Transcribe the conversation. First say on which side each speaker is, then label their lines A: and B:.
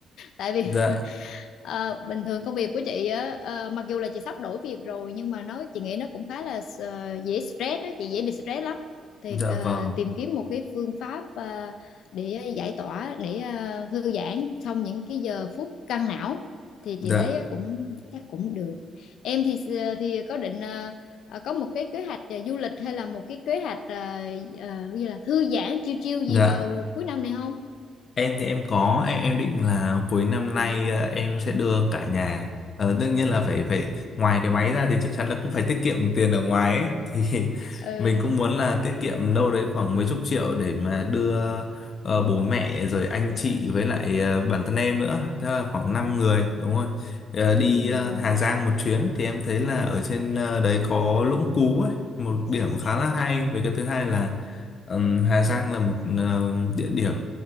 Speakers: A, on the left; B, on the left.
A: tại vì
B: dạ
A: <laughs> ờ, bình thường công việc của chị á, ờ, mặc dù là chị sắp đổi việc rồi nhưng mà nó chị nghĩ nó cũng khá là ờ, dễ stress á, chị dễ bị stress lắm thì
B: dạ
A: ờ,
B: vâng
A: tìm kiếm một cái phương pháp ờ, để giải tỏa để ờ, thư giãn trong những cái giờ phút căng não thì
B: dạ
A: chị thấy cũng chắc cũng được em thì ờ, thì có định ờ, ờ, có một cái kế hoạch ờ, du lịch hay là một cái kế hoạch ờ, ờ, như là thư giãn chiêu chiêu gì
B: dạ
A: vào cuối năm này không
B: Em thì em có em, em định là cuối năm nay ờ, em sẽ đưa cả nhà ờ, đương nhiên là phải phải ngoài cái máy ra thì chắc chắn là cũng phải tiết kiệm tiền ở ngoài ấy <laughs> thì
A: ừ
B: mình cũng muốn là tiết kiệm đâu đấy khoảng mấy chục triệu để mà đưa ờ, bố mẹ rồi anh chị với lại ờ, bản thân em nữa tức là khoảng 5 người đúng không Ờ, đi
A: ừ
B: ờ, Hà Giang một chuyến thì em thấy là ở trên ờ, đấy có Lũng Cú ấy một điểm khá là hay với cái thứ hai là Ừm, Hà Giang là một ờ, địa điểm